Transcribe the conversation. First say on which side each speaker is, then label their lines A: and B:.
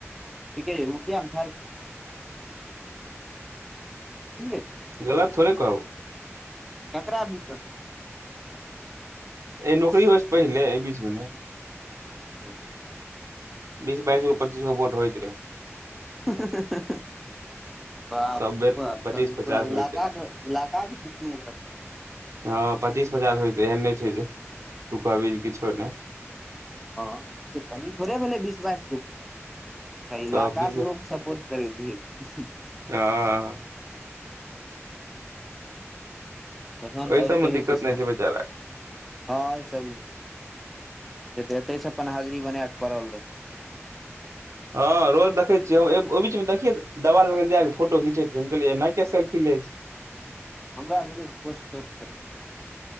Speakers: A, in the centre; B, on the right.
A: ठीके ए मुखिया मे ह <unintelligible>
B: गलत थोेड़े कहबो
A: ककरा दिकत'
B: ए नौकरी होइ छै पहिले एहि बीचमे नहि
A: ह <unintelligible>
B: बीस बइस गो पचीस गो भोट होइत रहै।
A: ह <unintelligible> बाप
B: सब बेर
A: रे बाप
B: पच्चीस
A: पूरा
B: पचास होयते
A: इलाका इलाका के जितने
B: हँ पचीस पचास होय त एहन नहि छै तु कहबीज किछो नहि
A: हँ कमी थोड़े भेलै बीस बाइसगो ये इलाकाक
B: तऽ बीस
A: के लोकोग सपोर्ट करैत रह
B: हँ
A: तहन
B: ओहि
A: आओर
B: सबमे
A: कहियौ
B: दिक्कत
A: कृष्ण
B: नहि छै बेचारा
A: हँ ई सब ल ते एते से अपन हाजरी बना के पड़ल रहे छै
B: हँ रोज देखै छियै ओहि बीच मे देखिय देवाल लग जाय क फोटो घिचैतियै सेेल्फी ले छै
A: हमरा भेलै <unintelligible> कछ तो कर